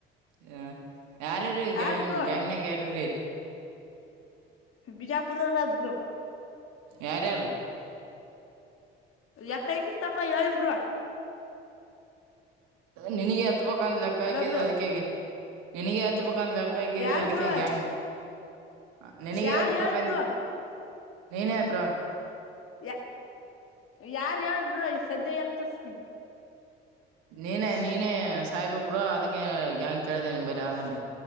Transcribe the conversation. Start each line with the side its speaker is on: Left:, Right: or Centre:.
Right: ಹ. ಯಾರ್ರೀರಿ ಗಂಗ್
Left: ಆದ್ ಬ್ರೋ
Right: ಗಂಗ್ನಾಗ್ ಯಾರ್ರೀ
Left: ಬಿಜಾಪುರದಬರು ಬ್ರೋ.
Right: ಯಾರ ಯಾರು.
Left: ಎತ್ತ ಹೆಂಗಿತ್ತಪ್ಪ ಹೇಳಿ ಬ್ರೋ.
Right: ನಿನಗೆ ಎತ್ತ ಬೇಕಂತ ಲೆಕ್ಕ ಹಾಕಿದೆ
Left: ಹಲೋ ಬ್ರೋ
Right: ಅದಕ್ಕೆಗೆ ನಿನಗೆ ಹತ್ತ ಬೇಕಂತ ಲೆಕ್ಕ ಹಾಕಿದು
Left: ಯಾರ್
Right: ಅದಕ್ಕೆ
Left: ಬ್ರೋ
Right: ಗ್ಯಾಂಗ್ ಹ ನಿನಗೆ
Left: ಯಾರ್
Right: ಹತ್ತ ಬ
Left: ಹೇಳಿ
Right: ಕಂದಿದ್ದ.
Left: ಬ್ರೋ
Right: ನೀನ ಬ್ರೋ.
Left: ಯ ಯಾರ್ ಹೇಳಬ್ರ ಈ ಸದ್ಯ ಎತ್ತಸತನ್ನ
Right: ನೀನೆ ನೀನೆ ಸಾಹೇಬ ಬ್ರೋ ಅದಕ್ಕೆ ಗ್ಯಾಂಗ್ ಕೇಳ್ದೇನೆ ನಿಂಬೆ ಆರಾಧನ